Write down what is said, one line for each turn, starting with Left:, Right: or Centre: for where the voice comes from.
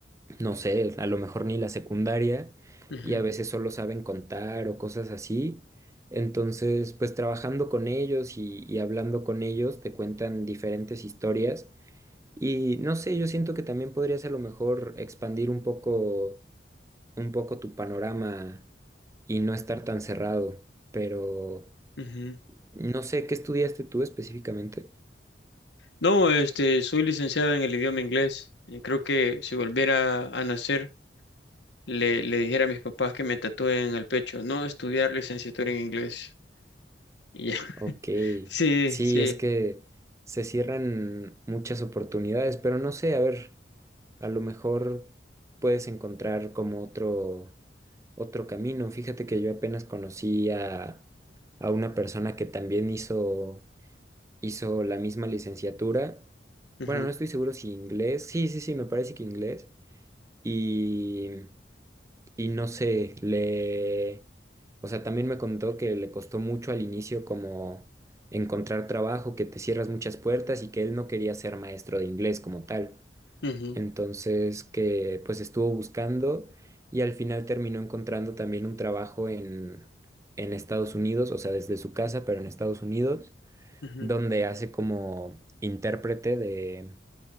Right: no sé, a lo mejor ni la secundaria
Left: ujú,
Right: y a veces solo saben contar o cosas así. Entonces, pues trabajando con ellos y, y hablando con ellos, te cuentan diferentes historias y no sé, yo siento que también podrías a lo mejor expandir un poco, un poco tu panorama y no estar tan cerrado, pero
Left: ujú.
Right: no sé, ¿qué estudiaste tú específicamente?
Left: No, este, soy licenciado en el idioma inglés. Y creo que si volviera a nacer, le, le dijera a mis papás que me tatúen al pecho, no estudiar licenciatura en inglés. Y ya.
Right: Ok,
Left: <laughs> Sí,
Right: sí,
Left: sí.
Right: es que se cierran muchas oportunidades, pero no sé, a ver. A lo mejor puedes encontrar como otro, otro camino. Fíjate que yo apenas conocí a, a una persona que también hizo, hizo la misma licenciatura.
Left: Ujú,
Right: Bueno, no estoy seguro si inglés. Sí, sí, sí, me parece que inglés. Y, y no sé, le... O sea, también me contó que le costó mucho al inicio como encontrar trabajo, que te cierras muchas puertas y que él no quería ser maestro de inglés como tal
Left: ujú,
Right: entonces, que pues estuvo buscando y al final terminó encontrando también un trabajo en, en Estados Unidos, o sea, desde su casa, pero en Estados Unidos,
Left: ujú,
Right: donde hace como intérprete de,